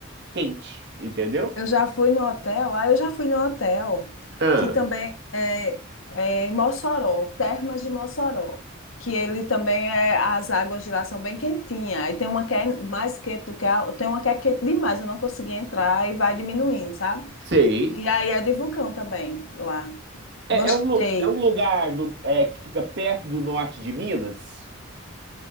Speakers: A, on the right; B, on the left.
A: quente, entendeu?
B: Eu já fui no hotel, ah, eu já fui no hotel,
A: Ah,
B: que também é, é em Mossoró, Termas de Mossoró, que ele também é, as águas de lá são bem quentinhas, e tem uma que é mais quente do que a, tem uma que é quente demais, eu não consegui entrar e vai diminuindo, sabe?
A: sei.
B: E aí é de vulcão também lá.
A: É,
B: Gostei.
A: é um, lu- é um lugar no- é, que fica perto do norte de Minas.